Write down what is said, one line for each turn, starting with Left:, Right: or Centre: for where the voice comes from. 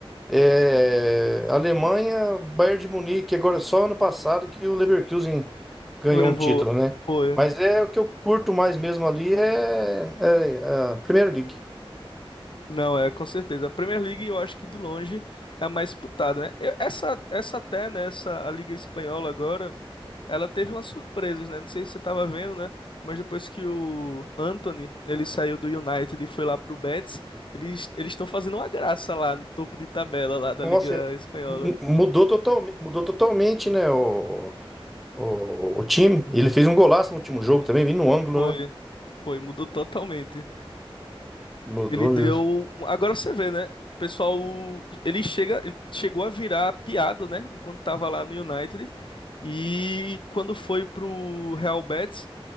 Centre: É, Alemanha, Bayern de Munique. Agora, é só ano passado que o Leverkusen ganhou
Left: Levou.
Centre: um título, né?
Left: Foi.
Centre: Mas é o que eu curto mais mesmo ali é, é é a Premier League.
Left: Não, é, com certeza. A Premier League, eu acho que de longe é a mais disputada, né? Eu- Essa, essa até, né? Essa, a Liga Espanhola agora, ela teve umas surpresas, né? Não sei se você tava vendo, né? Mas depois que o Anthony, ele saiu do United e foi lá pro Betis, eles eles estão fazendo uma graça lá no topo de tabela lá da
Centre: Nossa,
Left: Liga Espanhola.
Centre: mu- mudou, total, mudou totalmente, né? O, o, o time. Ele fez um golaço no último jogo também, bem no ângulo,
Left: Foi.
Centre: né?
Left: Foi, mudou totalmente.
Centre: Mudou
Left: Ele deu.
Centre: mesmo.
Left: um, Agora você vê, né? O pessoal. Ele chega, ele chegou a virar piada, né? Enquanto tava lá no United. E quando foi pro Real Betis,